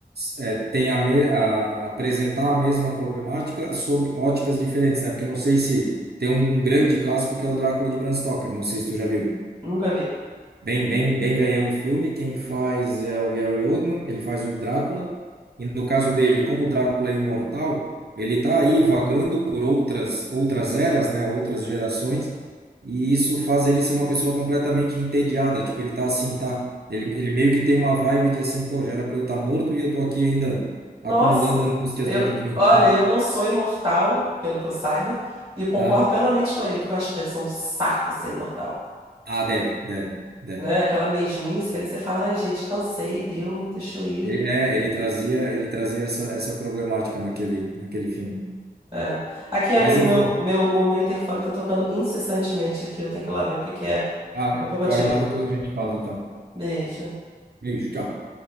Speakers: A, on the right; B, on the right.
A: é, tem a, me, a apresentar a mesma problemática sob óticas diferentes, né? Porque não sei se tem um, um grande clássico que é o Drácula de Bram Stoker, não sei se tu já viu.
B: Nunca vi.
A: Bem, bem, bem velhão o filme. Quem faz é o Gary Oldman, ele faz o Drácula. E no caso dele, como o Drácula é imortal, ele está aí vagando por outras outras eras, né, outras gerações, e isso faz ele ser uma pessoa completamente entediada, tipo, ele tá assim, tá, ele, ele meio que tem uma vibe de assim, pô, já era para eu estar morto e eu tô aqui ainda
B: Nossa,
A: acumulando angústias
B: eu,
A: dentro de mim,
B: olha,
A: sabe?
B: eu não sou imortal, pelo que eu saiba, e concordo
A: Ah,
B: plenamente com ele, porque eu acho que deve ser um saco ser imortal,
A: ah, deve, deve, deve.
B: né? Aquela mesmice ali, você fala, ai, gente, cansei, deu, deixa eu ir.
A: Ele, é, ele trazia, ele trazia essa, essa problemática naquele, naquele filme.
B: É. Aqui, amigo,
A: Mas enfim,
B: meu, meu, o meu interfone tá tocando incessantemente aqui, eu tenho que ir lá ver o que que é.
A: Ah,
B: Daqui a pouco
A: corre
B: eu te ligo.
A: lá, depois a gente fala então.
B: Beijo.
A: Beijo, tchau.